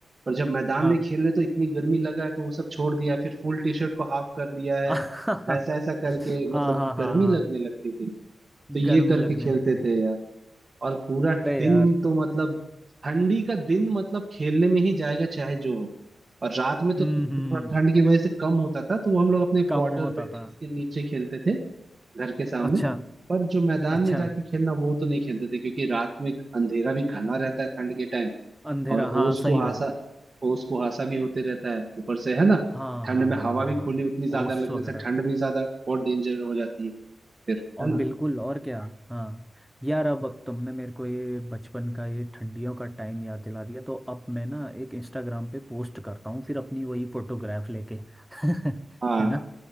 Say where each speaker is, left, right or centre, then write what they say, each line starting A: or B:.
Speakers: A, on the right; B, in the centre.
A: और जब मैदान
B: हाँ
A: में खेल रहे तो इतनी गर्मी लगा है तो वो सब छोड़ दिया फिर फुल टी शर्ट को हाफ कर लिया है
B: <laughs> हाँ
A: ऐसा ऐसा करके मतलब
B: हाँ हाँ हाँ
A: गर्मी लगने लगती थी तो ये
B: गर्मी
A: करके
B: लगने
A: खेलते
B: लगती
A: थे
B: थी
A: यार और पूरा
B: अरे
A: दिन
B: यार
A: तो मतलब ठंडी का दिन मतलब खेलने में ही जाएगा चाहे जो हो और रात में तो
B: हम्म
A: थोड़ा
B: हम्म
A: ठंड
B: हम्म।
A: की वजह से कम होता था तो वो हम लोग अपने क्वार्टर
B: कम होता
A: बिल्डिंग्स
B: था
A: के नीचे खेलते थे घर के सामने
B: अच्छा
A: पर जो मैदान
B: अच्छा
A: में जाके खेलना वो तो नहीं खेलते थे क्योंकि रात में अंधेरा भी घना रहता है ठंड के टाइम
B: अंधेरा
A: और
B: हाँ
A: ओस
B: सही
A: कुहासा
B: बात
A: ओस कुहासा भी होते रहता है ऊपर से है ना
B: हाँ
A: ठंड
B: हाँ हाँ
A: में हवा
B: हाँ
A: भी
B: हाँ
A: खुली उतनी ज्यादा
B: ओस
A: लगने
B: वगैरह
A: से ठंड भी ज्यादा और डेंजर हो जाती है फिर
B: और
A: है ना
B: बिल्कुल और क्या हाँ यार अब अब तुमने मेरे को ये बचपन का ये ठंडियों का टाइम याद दिला दिया तो अब मैं ना एक इंस्टाग्राम पे पोस्ट करता हूँ फिर अपनी वही फोटोग्राफ लेके <laughs>
A: हाँ
B: है ना